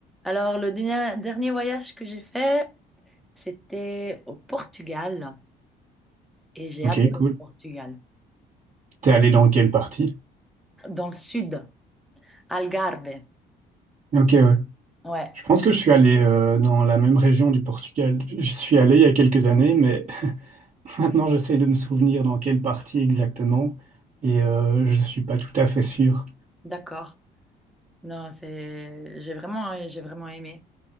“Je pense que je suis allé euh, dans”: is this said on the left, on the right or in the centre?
Right